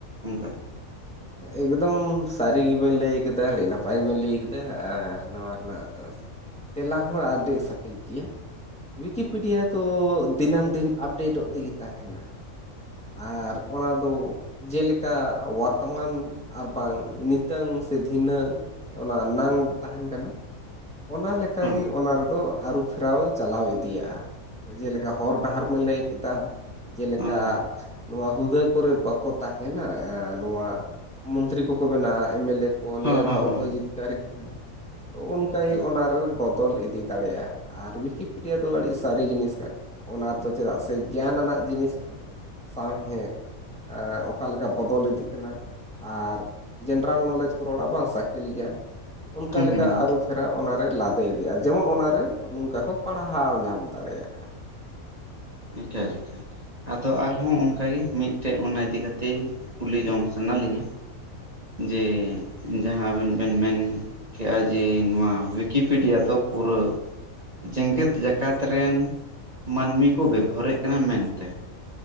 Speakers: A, on the right; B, in the centre.
A: ᱚᱱᱠᱟ
B: ᱮᱠᱫᱚᱢ ᱥᱟᱹᱨᱤ ᱜᱮᱵᱮᱱ ᱞᱟᱹᱭ ᱠᱮᱫᱟ ᱟᱹᱰᱤ ᱱᱟᱯᱟᱭ ᱜᱮᱵᱮᱱ ᱞᱟᱹᱭ ᱠᱮᱫᱟ ᱟᱨ ᱱᱚᱣᱟ ᱨᱮᱱᱟᱜ ᱛᱮᱞᱟ ᱦᱚᱸ ᱟᱹᱰᱤ ᱥᱚᱴᱷᱤᱠ ᱜᱮᱭᱟ ᱭᱠᱤᱯᱤᱰᱤᱭᱟ ᱫᱚ ᱫᱤᱱᱟᱹᱢ ᱫᱤᱱ ᱟᱯᱰᱮᱴᱚᱜ ᱛᱮᱜᱮ ᱛᱟᱦᱮᱱᱟ ᱟᱨ ᱚᱱᱟᱫᱚ ᱡᱮᱞᱮᱠᱟ ᱵᱚᱨᱛᱚᱢᱟᱱ ᱟᱨᱵᱟᱝ ᱱᱤᱛᱟᱝ ᱥᱮ ᱫᱷᱤᱱᱟᱹᱝ ᱚᱱᱟ ᱱᱟᱝ ᱛᱟᱦᱮᱱ ᱠᱟᱱᱟ ᱚᱱᱟ ᱞᱮᱠᱟ
A: ᱦᱮᱸ
B: ᱜᱮ ᱚᱱᱟ ᱨᱮᱫᱚ ᱟᱹᱨᱩ ᱯᱷᱮᱨᱟᱣ ᱪᱟᱞᱟᱣ ᱤᱫᱤᱭᱟᱜᱼᱟ ᱡᱮᱞᱮᱠᱟ ᱦᱚᱨ ᱰᱟᱦᱟᱨ ᱞᱟᱹᱭ ᱠᱮᱫᱟ ᱡᱮᱞᱮᱠᱟ
A: ᱦᱮᱸ
B: ᱱᱚᱣᱟ ᱦᱩᱫᱟᱹ ᱠᱚᱨᱮ ᱵᱟᱠᱚ ᱛᱟᱦᱮᱱᱟ ᱮᱸ ᱱᱚᱣᱟ ᱢᱚᱱᱛᱨᱤ ᱠᱚᱠᱚ ᱵᱮᱱᱟᱣᱟ ᱮᱢ ᱮᱞ ᱮ ᱠᱚ ᱱᱤᱭᱟᱹ
A: ᱦᱮᱸ ᱦᱮᱸ
B: ᱫᱷᱟᱣ
A: ᱦᱮᱸ
B: ᱚᱠᱚᱭ ᱡᱤᱛᱠᱟᱹᱨᱤ ᱠᱟᱱᱟᱭ ᱛᱚ ᱚᱱᱠᱟᱜᱮ
A: ᱦᱮᱸ ᱦᱮᱸ
B: ᱚᱱᱟ ᱨᱮ ᱵᱚᱞ ᱵᱚᱫᱚᱞ ᱤᱫᱤ ᱫᱟᱲᱮᱭᱟᱜᱼᱟ ᱟᱨ ᱩᱭᱤᱠᱤᱯᱮᱰᱤᱭᱟ ᱫᱚ ᱟᱹᱰᱤ ᱥᱟᱹᱨᱤ ᱡᱤᱱᱤᱥ ᱠᱟᱱᱟ ᱚᱱᱟᱫᱚ ᱪᱮᱫᱟᱜ ᱥᱮ ᱜᱮᱭᱟᱱ ᱟᱱᱟᱜ ᱡᱤᱱᱤᱥ ᱠᱟᱱᱟ ᱥᱟᱶᱦᱮᱫ ᱚᱠᱟ ᱞᱮᱠᱟ ᱵᱚᱫᱚᱞ ᱤᱫᱤᱜ ᱠᱟᱱᱟ ᱟᱨ ᱡᱮᱱᱟᱨᱮᱞ ᱱᱚᱞᱮᱡᱽ ᱠᱚ ᱨᱚᱲᱟ ᱵᱟᱝ ᱥᱟᱠᱮᱞ ᱜᱮᱭᱟᱱ ᱚᱱᱠᱟ
A: ᱦᱮᱸ
B: ᱞᱮᱠᱟ
A: ᱦᱮᱸ
B: ᱟᱹᱨᱩ ᱯᱷᱮᱨᱟᱣ ᱚᱱᱟᱨᱮ ᱞᱟᱫᱮ ᱤᱫᱤᱜᱼᱟ ᱡᱮᱢᱚᱱ ᱚᱱᱟᱨᱮ ᱱᱚᱝᱠᱟ ᱠᱚ ᱯᱟᱲᱦᱟᱣ ᱧᱟᱢ ᱫᱟᱲᱮᱭᱟᱜᱼᱟ
A: ᱮᱠᱟᱹ ᱞᱮᱠᱟ ᱟᱫᱚ ᱟᱨᱦᱚᱸ ᱚᱱᱠᱟ ᱜᱮ ᱢᱤᱫᱴᱮᱱ ᱚᱱᱟ ᱤᱫᱤ ᱠᱟᱛᱮ ᱠᱩᱞᱤ ᱡᱚᱝ ᱥᱟᱱᱟ ᱞᱤᱧᱟᱹ ᱡᱮ ᱡᱟᱦᱟᱸ ᱟᱵᱮᱱ ᱵᱮᱱ ᱢᱮᱱ ᱠᱮᱼᱟ ᱡᱮ ᱱᱚᱣᱟ ᱩᱭᱤᱠᱤᱯᱤᱰᱤᱭᱟ ᱫᱚ ᱯᱩᱨᱟᱹ ᱡᱮᱸᱜᱮᱛ ᱡᱟᱠᱟᱛ ᱨᱮᱱ ᱢᱟᱹᱱᱢᱤ ᱠᱚ ᱵᱮᱵᱚᱦᱟᱨᱮᱫ ᱠᱟᱱᱟ ᱢᱮᱱᱛᱮ